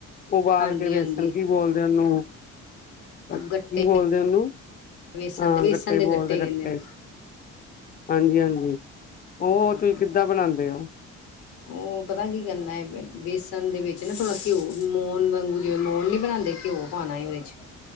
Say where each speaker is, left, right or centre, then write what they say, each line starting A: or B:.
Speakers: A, on the left; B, on the left.
A: ਉਬਾਲ
B: ਹਾਂਜੀ
A: ਕੇ ਵੇਸਣ,
B: ਹਾਂਜੀ
A: ਕੀ ਬੋਲਦੇ ਉਹਨੂੰ ਕੀ
B: ਗੱਟੇ
A: ਬੋਲਦੇ ਉਹਨੂੰ,
B: ਵੇਸਣ
A: ਹਾਂ
B: ਦੇ ਵੇਸਣ
A: ਗੱਟੇ
B: ਦੇ
A: ਬੋਲਦੇ ਗੱਟੇ
B: ਕਹਿੰਦੇ ਨੇ
A: ਹਾਂਜੀ- ਹਾਂਜੀ, ਉਹ
B: ਹਾਂ
A: ਤੁਸੀਂ ਕਿੱਦਾਂ ਬਣਾਉਦੇ
B: ਉਹ ਪਤਾ ਕੀ ਕਰਨਾ ਹੈ ਬੇਸਣ ਦੇ ਵਿੱਚ ਨਾ ਥੋੜ੍ਹਾ ਘਿਓ ਮੋਨ ਵਾਂਗੂ ਜਿਵੇਂ ਮੋਨ ਨਹੀਂ ਬਣਾਉਂਦੇ ਘਿਓ ਪਾਉਣਾ ਉਹਦੇ 'ਚ,